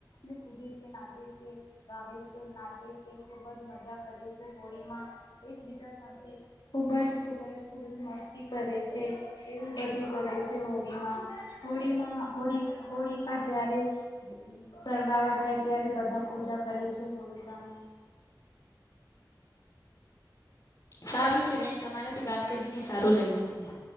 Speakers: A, on the left; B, on the left.
A: ને કુદે છે નાચે છે ગાવ છે નાચે છે. ખુબ જ મજા કરે છે હોળીમાં એકબીજા સાથે ખુબ જ. ખૂબ જ ખૂબ જ મસ્તી કરે છે એવું બધું કરે છે હોળીમાં હોળીમાં. હોળી હોળી કા જ્યારે સળગાવા જાય ત્યારે બધા પૂજા કરે છે હોળી. તતાનું.
B: સારું છે વેન તમારાથી વાત કરીને સારું લાગ્યું મને.